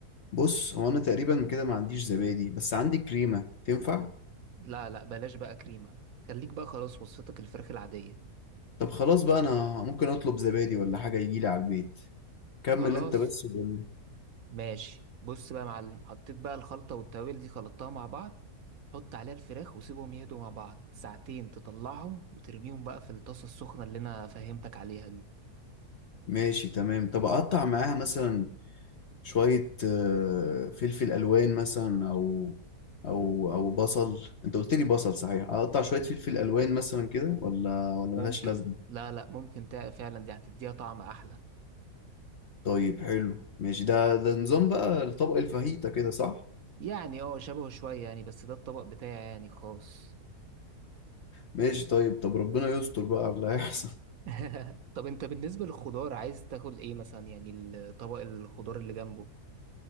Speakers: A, on the left; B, on the right.
A: بص هو انا تقريبا كده ما عنديش زبادي بس عندي كريمة تنفع
B: لا لا بلاش بقى كريمه خليك بقى خلاص وصفتك الفراخ العاديه
A: طب خلاص بقى انا ممكن اطلب زبادي ولا حاجة يجيلي على البيت كمل
B: خلاص
A: انت بس وقول لي
B: ماشي بص بقى يا معلم حطيت بقى الخلطه والتوابل دي خلطتها مع بعض حط عليها الفراخ وسيبهم يهدوا مع بعض ساعتين تطلعهم وترميهم بقى في الطاسه السخنه اللي انا فهمتك عليها دي
A: ماشي تمام طب اقطع معاها مثلا شوية آه، فلفل ألوان مثلا أو أو أو بصل أنت قلت لي بصل صحيح أقطع شوية فلفل ألوان مثلا كده ولا ولا
B: ممكن
A: ملهاش لازمة
B: لا لا ممكن تع- فعلا دي هتديها طعم احلى
A: طيب حلو ماشي ده ده نظام بقى الطبق الفاهيتا كده صح
B: يعني اه شبهه شوية يعني بس ده الطبق بتاعي يعني خاص
A: ماشي طيب طب ربنا يستر بقى على اللي هيحصل <laughs>
B: <laughs> طب انت بالنسبة للخضار عايز تاكل ايه مثلا يعني الطبق الخضار اللي جنبه